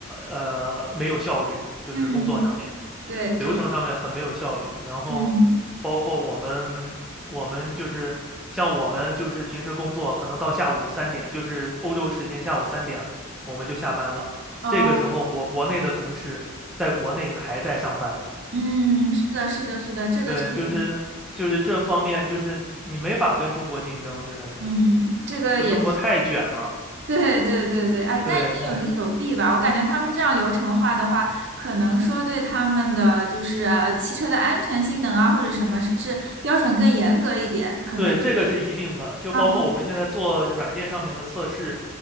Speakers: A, in the centre; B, on the right (about 55°).
A: 呃没有效率，就是工作上面。
B: 嗯，对对，
A: 流程上面很没有效率。然后包括我们，
B: 嗯
A: 我们就是像我们就是平时工作，可能到下午三点，就是欧洲时间下午三点，我们就下班了。
B: 哦，
A: 这个时候，我国内的同事在国内还在上班呢。
B: 嗯，是的，是的，是的，这个确实。
A: 对，就是就是这方面，就是你没法跟中国竞争，真的是，
B: 嗯，这个也
A: 就中国太卷了。
B: 对，对，对，对，哎，
A: 对对，
B: 但也有利有弊吧。我感觉他们这样流程化的话，可能说对他们的就是呃汽车的安全性能啊，或者什么，是不是标准更严格一点？可能
A: 对，这个是一定的，就包括我们现在做软件上面的测试，
B: 啊，